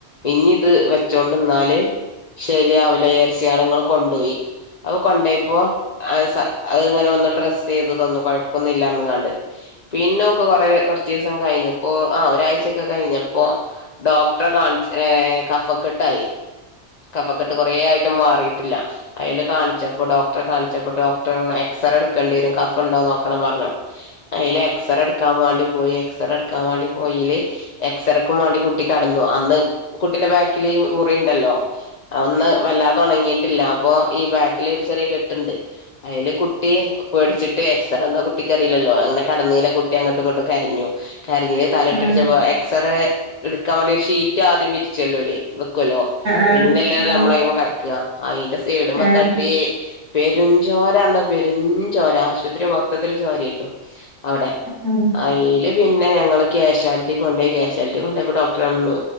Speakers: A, on the left; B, on the right.
A: ഇന്നി ഇത് വെച്ചോണ്ട്ന്നാല് ശരി യാവൂലാ യാര്ച്ചിയാണ്ങ്ങൾ കൊണ്ടോയി അവ് കൊണ്ടെയപ്പോ അവ് അവ് ഇങ്ങനെ ഒന്ന് ഡ്രസ്സ്യ്തു തന്നു കൊഴപ്പൊന്നും ഇല്ലാർണ്ങ്ങാണ്ട് പിന്നെ ഓക്ക് കൊറെ കൊർ ച്ചീസം കഴിഞ്ഞപ്പോ ആഹ് ഒരാഴ്ചൊക്കെ കഴിഞ്ഞപ്പോ ഡോക്ടറെ കാൺച്ച് ഏഹ് കഫക്കെട്ടായി കഫക്കെട്ട് കൊറേ ആയിട്ടും മാറിട്ടില്ല അയില് കാണിച്ചപ്പോ ഡോക് ഡോക്ക്ടറെ കാണിച്ചപ്പോ ഡോക്ടറർണു എക്സറേ എടുക്കണ്ടെരും കഫംണ്ടോ നോക്കണം പർഞ്ഞു അയില് എക്സറേ എട് എക്സറെട്ക്കാൻ വാണ്ടി പോയി എക്സറ എട്ക്കാൻ വാണ്ടി പോയേല് എക്സറക്കും വാണ്ടി കുട്ടി കെടന്നു അന്ന് കുട്ടിന്റെ ബാക്കില് ഈ മുറിണ്ടല്ലോ അഔന്ന് വല്ലാത ഒണങ്ങിട്ടില്ല അപ്പൊ ഈ ബാക്കില് ഒരു ചെറിയ കെട്ട്ണ്ട് അയില് കുട്ടി കുട്ടി പേട്ച്ചിട്ട് എക്സറ എന്താ കുട്ടിക്ക്റീലല്ലോ അങ്ങനെ കെടന്നേല് കുട്ടി അങ്ങട്ടും ഇങ്ങട്ടും കരഞ്ഞു കരഞ്ഞ് തലയിട്ട്
B: ഉം
A: അടിച്ചപ്പോ എക്സ്റേ ഇട്ക്കാൻ വേണ്ടി ഒരു ഷീറ്റ് ആദ്യം വിരിച്ചല്ലോ ഓല് വെക്കുല്ലോ
B: ഉം
A: പിന്നെല്ലെ
B: ഉം
A: ഞമ്മളയ്മെല് കെട്ക്കാ അയിന്റെ സൈഡ്മ്മെ
B: ആഹ്
A: തട്ടീ പെരും ഞ്ചോരാർഞാ പെരും ഞ്ചോര ആശുത്രി മൊത്തത്തില് ചോരയ്രുന്നു അവ്ടെ
B: ഉം
A: അയില് പിന്നെ ഞങ്ങള് ക്യാഷ്വാൽറ്റി കൊണ്ടോയി ക്യാഷ്യാൽറ്റി കൊണ്ടോയപ്പോ ഡോക്ടറർഞ്ഞു